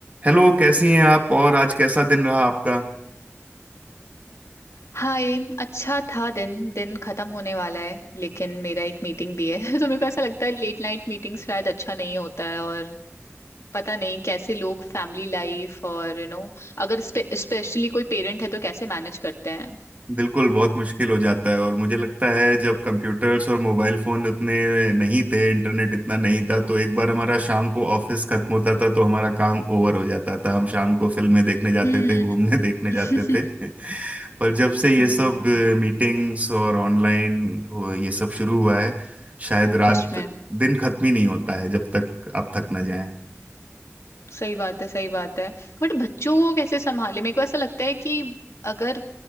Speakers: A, on the right; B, on the left.
A: हेलो कैसी हैं आप और आज कैसा दिन रहा आपका
B: हाय अच्छा था दिन दिन खत्म होने वाला है लेकिन मेरा एक मीटिंग भी है <laughs> तो मेरे को ऐसा लगता है लेट नाइट मीटिंग शायद अच्छा नहीं होता है और पता नहीं कैसे लोग फैमिली लाइफ और यू you नो know, अगर स्पेशली कोई पेरेंट है तो कैसे मैनेज करते हैं
A: बिल्कुल बहुत मुश्किल हो जाता है और मुझे लगता है जब कंप्यूटर्स और मोबाइल फोन उतने नहीं थे इंटरनेट इतना नहीं था तो एक बार हमारा शाम को ऑफिस खत्म होता था तो हमारा काम ओवर हो जाता था हम शाम को फिल्में देखने जाते
B: हम्म
A: थे घूमने <laughs> देखने
B: <laughs>
A: जाते थे पर जब से ये
B: हम्म
A: सब मीटिंग्स और ऑनलाइन हो ये सब शुरू हुआ है शायद रात
B: सच में
A: दिन खत्म ही नहीं होता है जब तक आप थक ना जाएं
B: सही बात है सही बात है बट बच्चों को कैसे संभाले मेरे को ऐसा लगता है कि अगर